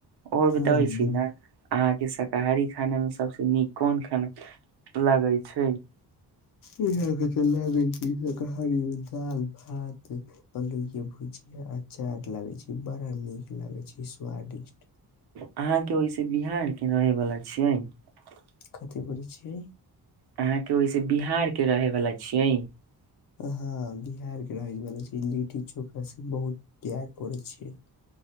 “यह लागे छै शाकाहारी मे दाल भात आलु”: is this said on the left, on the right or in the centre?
Left